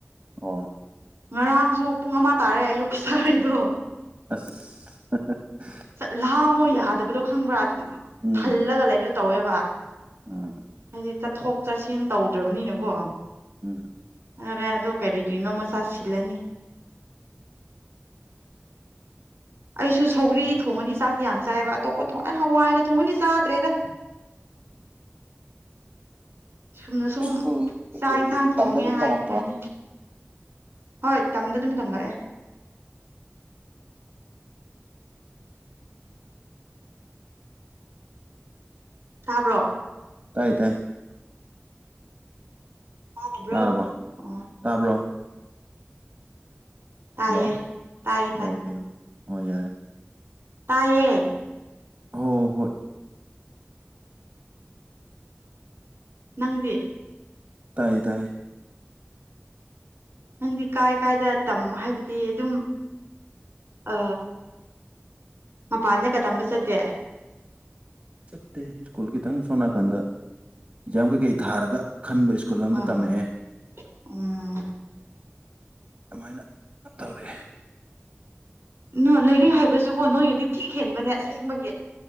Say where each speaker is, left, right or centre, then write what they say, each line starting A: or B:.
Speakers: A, on the right; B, on the right.
A: ꯑꯣ
B: ꯉꯔꯥꯡꯁꯨ ꯄꯨꯡ ꯑꯃ ꯇꯥꯔꯦ ꯑꯌꯨꯛꯀꯤ ꯆꯥꯔꯤꯗꯣ
A: ꯑꯁ <unintelligible>
B: ꯆꯠ ꯂꯥꯝꯃꯣ ꯌꯥꯗꯕꯗꯣ ꯈꯪꯕ꯭ꯔ ꯑꯗꯨꯝ
A: ꯎꯝ
B: ꯊꯜꯂꯒ ꯂꯩꯕꯗꯣ ꯇꯧꯋꯦꯕ
A: ꯎꯝ
B: ꯍꯥꯏꯗꯤ ꯆꯠꯊꯣꯛ ꯆꯠꯁꯤꯟ ꯇꯧꯗ꯭ꯔꯕꯅꯤꯅꯀꯣ
A: <inaudible>
B: ꯑꯔꯦ ꯑꯗꯣ ꯀꯔꯤꯀ꯭ꯔꯤꯅꯣ ꯃꯆꯥ ꯁꯤꯜꯂꯅꯤ ꯑꯩꯁꯨ ꯁꯧꯒ꯭ꯔꯤ ꯊꯣꯡꯉꯅꯤ ꯆꯥꯛꯇꯤ ꯌꯥꯝ ꯆꯥꯏꯌꯦꯕ ꯑꯇꯣꯞꯄ ꯊꯣꯡ ꯍꯋꯥꯏꯒ ꯊꯣꯡꯉꯗꯤ ꯆꯥꯗ꯭ꯔꯦꯗ ꯁꯨꯝꯅ ꯁꯨꯝ
A: ꯁ꯭ꯀꯨꯜ ꯀꯩꯀꯩꯗꯤ
B: ꯆꯥꯛ ꯑꯦꯟꯁꯥꯡ ꯊꯣꯡꯉꯦ
A: ꯇꯝꯗ ꯑꯗꯨꯝ
B: ꯍꯥꯏꯅꯤꯡꯉꯥꯏꯅꯤ
A: ꯇꯝꯃꯛꯄ꯭ꯔꯣ
B: ꯍꯣꯏ ꯇꯝꯗ ꯑꯗꯨꯝ ꯇꯝꯂꯑꯦ ꯇꯥꯕ꯭ꯔꯣ
A: ꯇꯥꯏ ꯇꯥꯏ
B: ꯇꯥꯗꯕ꯭ꯔꯣ
A: ꯇꯥꯔꯕꯣ
B: ꯑꯣ
A: ꯇꯥꯕ꯭ꯔꯣ
B: ꯇꯥꯏꯌꯦ
A: ꯍꯜꯂꯣ
B: ꯇꯥꯏꯌꯦ
A: ꯑꯣ
B: ꯇꯥꯏ
A: ꯑꯣꯀꯦ ꯑꯣ ꯌꯥꯔꯦ
B: ꯇꯥꯏꯌꯦ
A: ꯍꯣ ꯍꯣꯏ
B: ꯅꯪꯗꯤ
A: ꯇꯥꯏꯌꯦ ꯇꯥꯏꯌꯦ
B: ꯅꯪꯗꯤ ꯀꯥꯏ ꯀꯥꯏꯗ ꯇꯝ ꯍꯥꯏꯕꯗꯤ ꯑꯗꯨꯝ ꯑ ꯃꯄꯥꯥꯟꯗꯒ ꯇꯝꯕ ꯆꯠꯇꯦ
A: <unintelligible> ꯁꯣꯟ ꯅꯥꯀꯟꯗ ꯑꯦꯛꯖꯥꯝ ꯀꯩ ꯀꯩ ꯊꯥꯔꯒ ꯈꯟꯕ ꯁ꯭ꯀꯨꯜ ꯑꯝꯗ
B: ꯍꯣꯏ
A: ꯇꯝꯃꯑꯦ
B: ꯍꯣꯏ ꯎꯝ
A: ꯑꯃꯥꯏꯅ ꯇꯧꯔꯑꯦ
B: ꯅꯣ ꯂꯥꯏꯔꯤꯛ ꯍꯥꯏꯕꯖꯨꯀꯣ ꯅꯣꯏꯅꯗꯤ ꯊꯤꯛ ꯍꯦꯟꯕꯅꯦ ꯑꯁꯦꯡꯕꯒꯤ